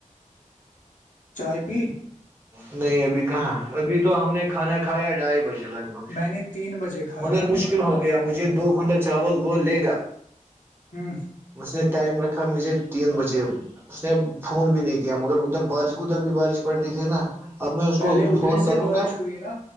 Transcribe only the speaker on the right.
نہیں ابھی کہاں ابھی تو ہم نے کھانا کھایا ڈھائی بجے ل ب
مگر مشکل ہوگ مجھے دو کنٹل چاول وہ لے گا
مسھ نے ٹائم رکھ مجھے تین بجے اس نے فون بھی نہیں کیا مگر ادھر بارش ادھر بھی بارش پڑتی تھی نا اب میں اس
کو ابھی
فون کروں
گا